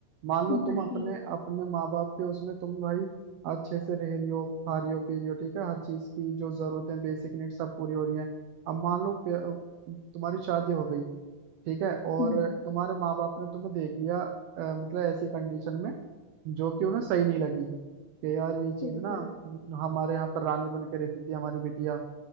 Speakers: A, on the right; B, on the left.
A: मान
B: वही
A: लो तुम अपने अपने माँ बाप के उसमें तुम भाई अच्छे से रह रही हो खा रही हो पी रही हो ठीक है हर चीज की जो जरूरतें बेसिक नीड्स सब पूरी हो रही हैं अब मान लो प्य- तुम्हारी शादी हो गई ठीक है और
B: हम्म
A: तुम्हारे माँ बाप ने तुम्हें देख लिया अ, मतलब ऐसी कंडीशन में जो कि उन्हें सही नहीं लगी कि यार ये चीज
B: बिल्कुल
A: ना हमारे यहाँ पर रानी बन के रहती थी हमारी बिटिया